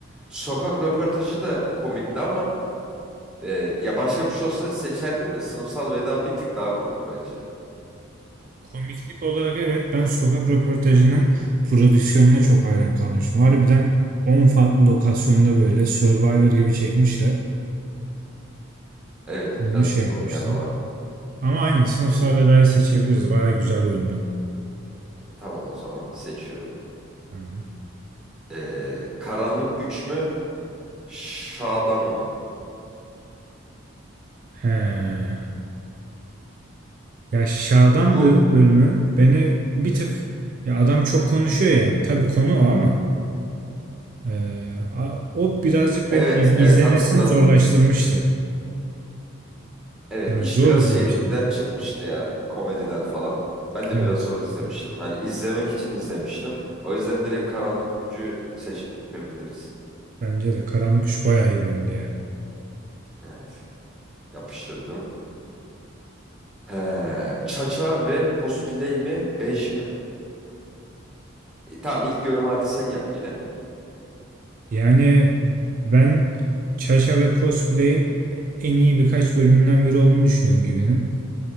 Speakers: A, in the centre; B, on the right (about 40°).
A: Sokak röportajı da komikti ama e, ya başka bir şey olsa seçerdim de sınıfsal veda bir tık daha komik bence.
B: Komiklik olarak evet ben sokak röportajının prodüksiyonuna çok hayran kalmışım. Harbiden 10 farklı lokasyonda böyle Survivor gibi çekmişler.
A: Evet
B: Onu
A: biraz
B: şey yapmıştım.
A: o yana var.
B: Ama aynen sınıfsal
A: Ee,
B: vedayı seçebiliriz. Bayağı güzel bölümdü.
A: tamam o zaman seçiyorum.
B: Tamam.
A: Ee, karanlık güç mü? Şadan mı?
B: He. Ya Şadan
A: Bu
B: bö- bölümü beni bir tık ya adam çok konuşuyor yani. Tabii konu o ama e, a- o birazcık
A: evet
B: beni yani
A: evet
B: izlemesini
A: hatırladım.
B: zorlaştırmıştı.
A: Evet
B: Yani
A: iş
B: zor
A: biraz
B: izlemiştim.
A: şeyden çıkmıştı ya komediden falan. Ben de
B: Evet.
A: biraz zor izlemiştim. Hani izlemek için izlemiştim. O yüzden direkt karanlık gücü seçebiliriz.
B: Bence de Karanlık Üç bayağı iyi bölümdü ya.
A: Evet yapıştırdım. He, Çaça ve cosplay mi? Bej mi? E, tamam ilk yorum hadi sen yap yine.
B: Yani ben Çaşa ve Cosplay'in en iyi birkaç bölümünden biri olduğunu düşünüyorum gibinin.